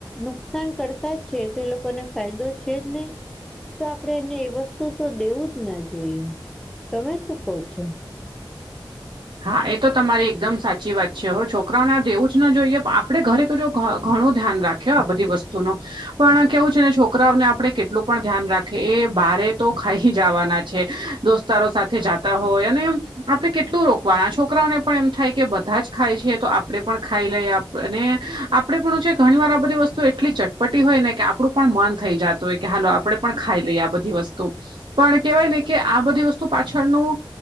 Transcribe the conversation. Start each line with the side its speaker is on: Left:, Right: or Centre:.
Centre: નુકસાન કરતા જ છે તો એ લોકોને ફાયદો છે જ નહીં તો આપણેે એને એ વસ્તુ તો દેવું જ ના જોઈએ, તમે શું કહો છો?
Right: હા એ તો તમારી એકદમ સાચી વાત છે હો છોકરાઓને આ દેવું જ ના જોઈએ આપણે ઘરે તો જો ધ ઘણું ધ્યાન રાખે કે આ બધી વસ્તુ ન પણ કેવું છે ને છોકરાઓને આપણે કેટલું પણ ધ્યાન રાખીએ એ બારે તો ખાઈ હી જવાના છે દોસ્તારો સાથે જાતા હોય અને આપડે કેટલું રો વાણા છોકરાઓને પણ એમ થાય કે બધા જ ખાય છે, તો આપડે પણ ખાઈ લઈ આપણેે પણ છે ઘણી વાર આ બધી વસ્તુ એટલી ચટપટી હોય ને કે આપડું પણ મન થઈ જતું હોય કે હાલો આપડે પણ ખાઈ લઈ આ બધી વસ્તુ. પણ કેહેવાય ને કે આ બધી વસ્તુ પાછળનું,